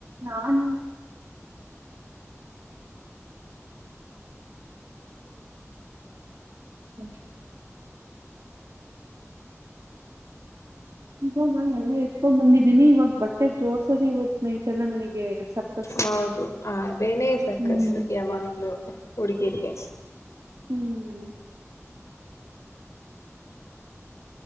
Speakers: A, on the right; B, on the left.
A: ನಾನ <unintelligible> <unintelligible> ಇವಾಗ ಎಲ್ಲಾ ಎತ್ಕೊಂಡ್ ಬಂದಿದ್ದೀನಿ ಇವಾಗ ಬಟ್ಟೆ ಜೋರ್ಸೋದೆ ಇವತ್ ನೈಟ್ ಎಲ್ಲಾ ನನಗೆ ಸರ್ಕಸ್
B: ಹೌದು ಅದೇನೇ ಸರ್ಕಸ್
A: ಹ್ಮ್
B: ಯಾವಾಗ್ಲೂ. ಹುಡುಗೀರಿಗೆ,
A: ಹ್ಮ್